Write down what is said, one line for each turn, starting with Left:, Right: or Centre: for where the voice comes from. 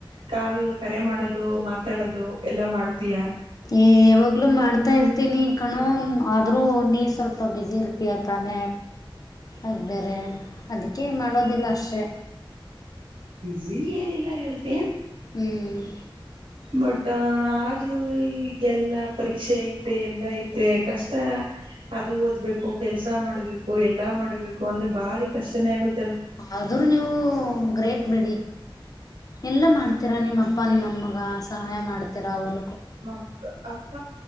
Right: ಕಾಲ್ ಕರೆ ಮಾಡೋದು ಮಾತಾಡೋದು ಎಲ್ಲಾ ಮಾಡ್ತೀಯಾ
Left: ಏ್ ಯಾವಾಗ್ಲುೂ ಮಾಡ್ತಾ ಇರ್ತೀನಿ ಕಣೋ ಆದ್ರೂ ನೀ ಸ್ವಲ್ಪ ಬಿಸಿಿ ಇರ್ತಯತ ಮ ಅ ಬೇರೆ ಅದಕ್ಕೆ ಮಾಡೋದಿಲ್ಲ ಅಷ್ಟೆ
Right: ನೀನ್ ಏನಿಲ್ಲಾ ಹೇಳ್ತಯ
Left: ಹ್ಮ್
Right: ಬಟ್ ಆದ್ರೂ ಈ ಎಲ್ಲ ಪರೀಕ್ಷೆ ಐತೆ ಎಲ್ಲ ಐತೆ ಕಷ್ಟ ಅದು ಓದ್ಬೇಕು ಕೆಲ್ಸಾ ಮಾಡ್ಬೇಕು ಎಲ್ಲಾ ಮಾಡ್ಬೇಕು ಅಂದ್ರೆ ಬಾರಿ ಕಷ್ಟನೇ ಆಗುತ್ತೆ
Left: ಆದ್ರೂ ನೀವು ಗ್ರೇಟ್ ಬಿಡಿ ಎಲ್ಲ ಮಾಡ್ತೀರಾ ನಿಮ್ಮ ಅಪ್ಪ ನಿಮ್ಮಮ್ಮ ಗ ಸಹಾಯ ಮಾಡ್ತರ ಅವಲ
Right: ಮ ಅಪ್ಪ